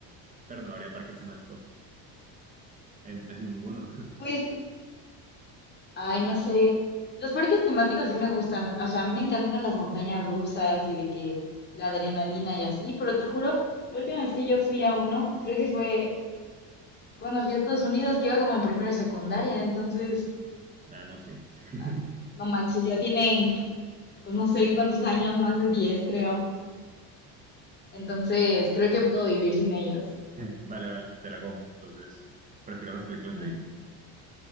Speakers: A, on the right; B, on the left.
A: Pero no habría parques temáticos en, en- en ninguno. <laughs>
B: Pues Ay, no sé. Los parques temáticos sí me gustan. O sea, me encantan las montañas rusas y de que la adrenalina y así, pero te juro, la última vez que yo fui a uno, creo que fue cuando fui a Estados Unidos, que iba como en primero de secundaria. Entonces,
A: Ah, no, sí. <laughs>
B: ah, no manches, ya tiene, <laughs> pues no sé cuántos años, más de 10 creo. Entonces, creo que puedo vivir sin ellos.
A: <laughs> Vale, vale, te la compro. Entonces, prefiero las películas
B: Ujú.
A: de Disney.